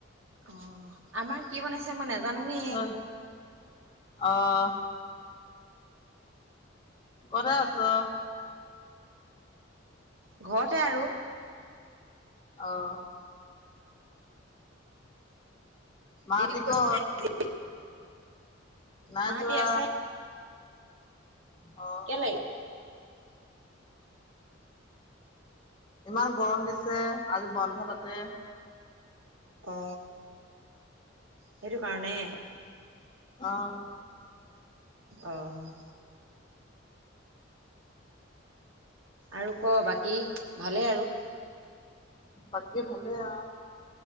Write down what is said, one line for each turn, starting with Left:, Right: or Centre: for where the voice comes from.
Right: অ আমাৰ কি বনাইছে মই নাজানো নে
Left: ঐ অ', কৰে আছ
Right: ঘৰতে আৰু
Left: আহ মাহতি
Right: ডিউটি গৈছিলে
Left: কত নাই
Right: মাহঁতি
Left: যোৱা
Right: আছে
Left: আহ
Right: কেলে?
Left: ইমান গৰম দিছে আজি বন্ধ তাতে
Right: অ সেইটো কাৰণে
Left: আহ
Right: আহঁ আৰু ক বাকী ভালেই আৰু
Left: বাকী ভালে আহ